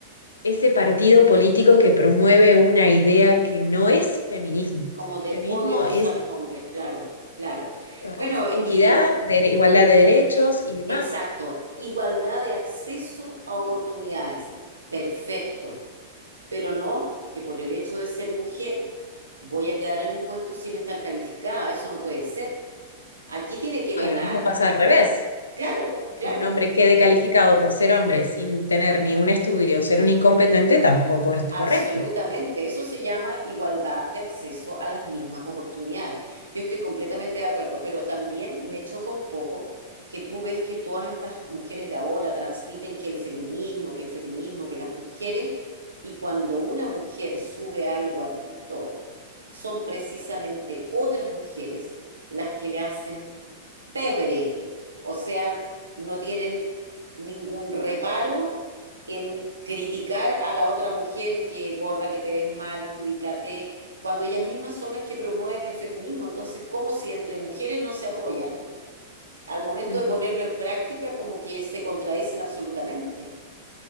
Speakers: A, on the left (about 80°); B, on the right (about 80°).
A: ese partido político que promueve una idea que no es feminismo. O
B: como
A: sea, el
B: de
A: feminismo
B: odio hacia
A: es,
B: los hombres, claro, claro. Bueno,
A: es
B: y...
A: equidad, de- igualdad de derechos y demás.
B: Exacto, igualdad de acceso a oportunidades. Perfecto, pero no que por el hecho de ser mujer voy a quedar en un puesto sin estar calificada, eso no puede ser. Aquí tiene que ganar,
A: No, y lo mismo pasa al revés,
B: claro,
A: que
B: claro,
A: un hombre quede calificado por ser hombre sin tener ni un estudio, ser un incompetente, tampoco es
B: Absolutamente,
A: correcto.
B: eso se llama igualdad de acceso a las mismas oportunidades. Yo estoy completamente de acuerdo, pero también me choca un poco que tú ves que todas estas mujeres de ahora transmiten que el feminismo, que el feminismo, que las mujeres, y cuando una mujer sube algo a TikTok, son precisamente otras mujeres las que le hacen pebre, o sea, no tienen ningún reparo en criticar a la otra mujer que gorda, que te ves mal, que ubicate, cuando ellas mismas son las que promueven el feminismo. Entonces, como si entre mujeres no se apoyan, al momento
A: Mm,
B: de ponerlo en práctica, como que se contradicen absolutamente.